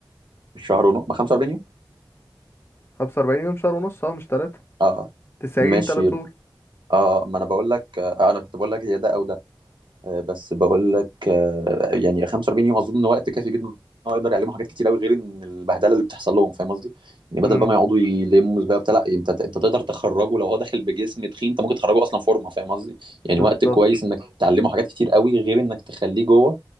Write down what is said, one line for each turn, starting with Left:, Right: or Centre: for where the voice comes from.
Right: شهر ونص ما 45 يوم؟
Left: 45 يوم شهر ونص اه مش تلاتة
Right: اه آه.
Left: 90
Right: ماشي
Left: تلات شهور
Right: اه ما انا بقول لك آه انا كنت بقول لك يا ده او ده آه، بس بقول لك آه، يعني 45 يوم اظن وقت كافي جدا ان هو يقدر يعلمهم حاجات كتير قوي غير ان البهدله اللي بتحصل لهم فاهم قصدي؟ يعني بدل
Left: امم
Right: بقى ما يقعدوا يلموا بقى بتاع لا انت انت تقدر تخرجه لو هو داخل بجسم تخين انت ممكن تخرجه اصلا فورمه فاهم قصدي؟ يعني
Left: بالظبط
Right: وقت كويس انك تعلمه حاجات كتير قوي غير انك تخليه جوه